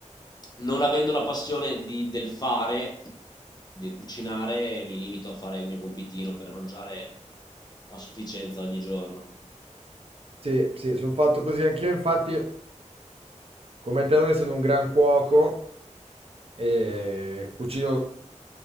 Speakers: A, on the left; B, on the right.
A: non avendo la passione di- del fare, del cucinare, mi limito a fare il mio compitino per mangiare a sufficienza ogni giorno.
B: Sì, sì, sono fatto così anch'io, infatti, come te non essendo un gran cuoco, eh, cucino